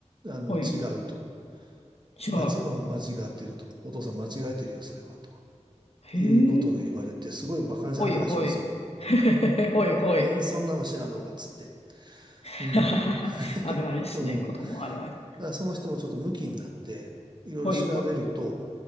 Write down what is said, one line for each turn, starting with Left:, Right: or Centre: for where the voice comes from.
Right: あの、
Left: はい。
Right: 違うと。
Left: 違う。
Right: 間ち、うん、間違ってると。お父さん間違えてるよ、それは、と。
Left: へえ。
Right: いうことを言われて、すごい馬鹿にされたらしいんですよ。
Left: ほいほい。<laughs> ほいほい。
Right: なんそんなも知らんのか、つって。
Left: <laughs>
Right: うん。<laughs>
Left: あるあるですね。
Right: うん。
Left: 子供あるある。
Right: だからその人もちょっとムキになって、いろいろ調べると、
Left: ほいほい。